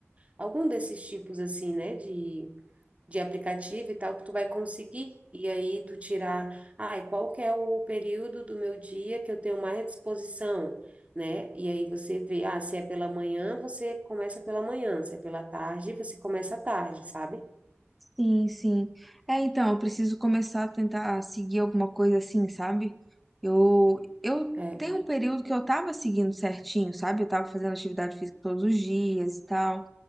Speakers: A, on the right (about 30°); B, in the centre.
A: algum desses tipos, assim, né? De de aplicativo e tal que tu vai conseguir. E aí tu tirar, ai, qual que é o período do meu dia que eu tenho mais disposição, né? E aí você vê, ah, se é pela manhã, você começa pela manhã, se é pela tarde, você começa à tarde, sabe?
B: Sim, sim. É, então, eu preciso começar a tentar seguir alguma coisa assim, sabe? Eu, eu
A: É.
B: tenho um período que eu tava seguindo certinho, sabe? Eu tava fazendo atividade física todos os dias e tal.